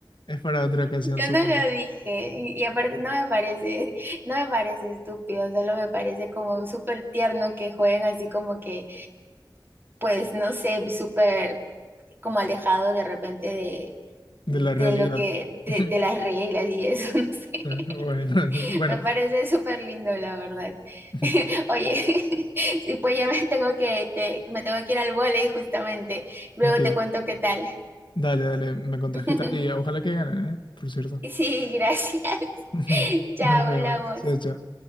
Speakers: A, on the left (about 70°); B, on the right (about 25°).
A: es para otra ocasión,
B: Yo
A: supongo,
B: no lo dije y y aparte no me parece, no me parece estúpido, solo me parece como súper tierno que jueguen así como que, pues no sé, súper como alejado de repente de, de
A: de la realidad.
B: lo que, de,
A: <laughs>
B: de las reglas y eso, <laughs> no sé.
A: Bueno,
B: <laughs>
A: <laughs> bueno,
B: Me parece súper lindo, la verdad.
A: <laughs>
B: <laughs> Oye, <laughs> sí, pues ya me tengo que, te- me tengo que ir al vóley justamente. Luego
A: ok.
B: te cuento qué tal.
A: Dale, dale, me contás
B: <laughs>
A: qué tal y ojalá que ganen, ¿eh? Por cierto.
B: Sí, gracias.
A: <laughs>
B: <laughs> Chao,
A: Nos
B: hablamos.
A: vemos. Chao, chao.